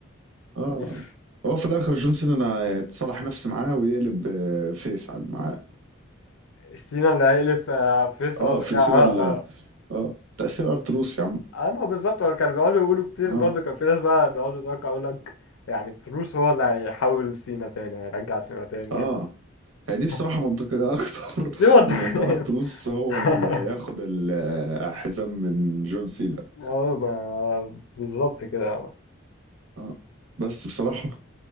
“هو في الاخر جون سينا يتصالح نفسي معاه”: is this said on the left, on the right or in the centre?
Right